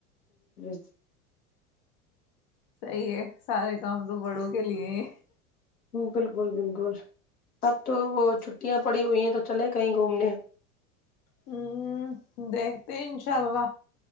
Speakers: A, on the left; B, on the left.
A: <unintelligible>
B: صحی ہے سارے کام تو بڑوں کے لیے ہی
A: بالکل بالکل اب تو وہ چھٹیاں پڑی ہوئی ہیں تو چلے کہیں گھومنے
B: ہوں دیکھتے انشاء اللہ